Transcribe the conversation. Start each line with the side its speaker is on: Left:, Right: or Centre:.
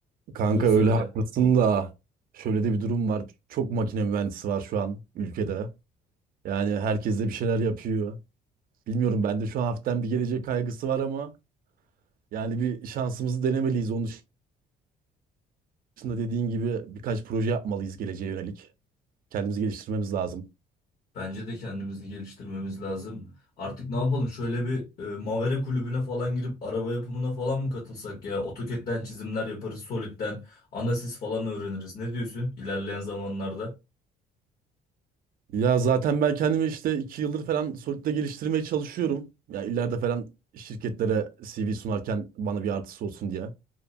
Right: kanka
Left: Buyur söyle.
Right: öyle haklısın da şöyle de bir durum var. Çok makine mühendisi var şu an ülkede. Yani herkes de bir şeyler yapıyor. Bilmiyorum ben de şu an hafiften bir gelecek kaygısı var ama yani bir şansımızı denemeliyiz. Onun dışında dediğin gibi birkaç proje yapmalıyız geleceğe yönelik. Kendimizi geliştirmemiz lazım.
Left: Bence de kendimizi geliştirmemiz lazım. Artık ne yapalım? Şöyle bir e, Mavera kulübüne falan girip araba yapımına falan mı katılsak ya? AutoCAD'den çizimler yaparız, Solid'den Anasys falan öğreniriz. Ne diyorsun ilerleyen zamanlarda?
Right: Ya zaten ben kendimi işte iki yıldır falan Solid'de geliştirmeye çalışıyorum. Ya ileride falan şirketlere CV sunarken bana bir artısı olsun diye.